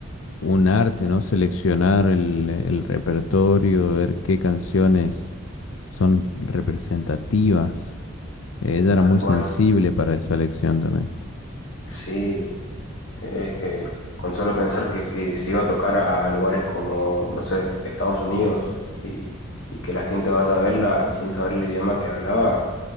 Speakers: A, on the left; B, on the left.
A: un arte, ¿no? Seleccionar el, el repertorio, ver qué canciones son representativas Eh, Ella era
B: tal
A: muy
B: cual.
A: sensible para esa elección también.
B: Sí, Es que con solo pensar que, que se iba a tocar a lugares como, no sé, Estados Unidos y, y que la gente vaya a verla sin saber el idioma que hablaba,